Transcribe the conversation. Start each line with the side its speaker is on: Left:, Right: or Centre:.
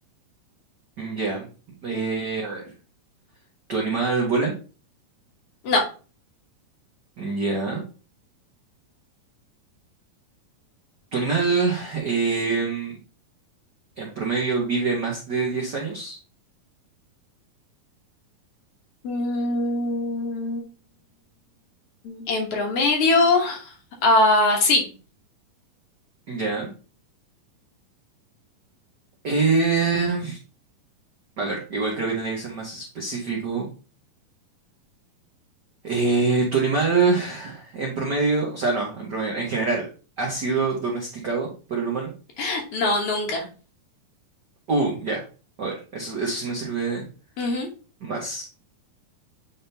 Right: Ya. eh, a ver, ¿tu animal vuela?
Left: No.
Right: Ya. ¿Tu animal em, en promedio vive más de 10 años?
Left: Mm, en promedio, ah, sí.
Right: Ya. Eh, a ver, igual creo que tendría que ser más específico. Eh, ¿tu animal en promedio, o sea, no, en promedio, en general, ha sido domesticado por el humano?
Left: <laughs> No, nunca.
Right: Uh, ya. A ver, eso, eso sí me sirve
Left: Ujú.
Right: más.